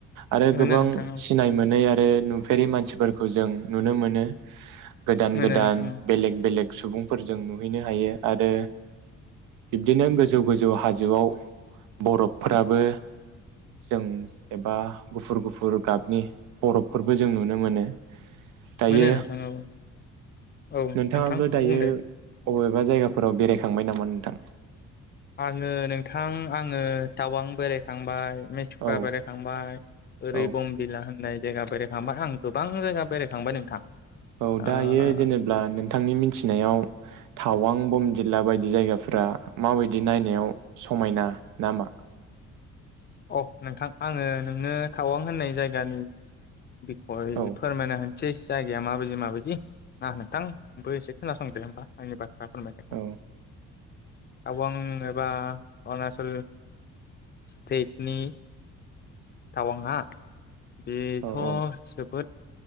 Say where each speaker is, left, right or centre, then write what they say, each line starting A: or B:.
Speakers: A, on the right; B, on the left.
A: आरो
B: मोनो
A: गोबां
B: नोंथां औ
A: सिनाय मोनै आरो आरो नुफेरि मानसिफोरखौ जों नुनो मोनो। गोदान
B: मोनो
A: गोदान
B: नोंथां औ
A: बेलेग बेलेग सुबुंफोर जों नुहैनो हायो आरो बिब्दिनो गोजौ गोजौ हाजोआव बरफ फोराबो जों एबा गुफुर गुफुर गाबनि बरफफोरबो जों नुनो मोनो। दायो
B: मोनो नोंथां औ औ
A: नोंथाङाबो
B: नोंथां
A: दायो
B: बुं दे
A: बबेबा जायगाफोराव बेरायखांबाय नामा नोंथां?
B: आङो नोंथां आङो टावां बेरायखांबाय मेसुक्रा
A: औ
B: बेरायखांबाय ओरै
A: औ
B: बमबिला होननाय जायगा बेरायखांबाय आं गोबां जायगा बेरायखांबाय नोंथां।
A: औ
B: ओ
A: दायो जेनेब्ला नोंथांनि मिथिनायाव टावां बम बिल्ला बायदि बिदि जायगाफोरा माबायदि नायनायाव समायना नामा?
B: अ नोंथां आङो नोंनो टावां होननाय जायगानि बिखय
A: औ
B: फोरमायना होनि सिज जायगाया माबायदि माबायदि ना नोंथांबो एसे खोनासंदो आंनि बाथ दा फोरमायनायखौ
A: औ
B: टावां एबा अरुणाचल तेटनि टावांआ बेथ'
A: औ
B: जोबोद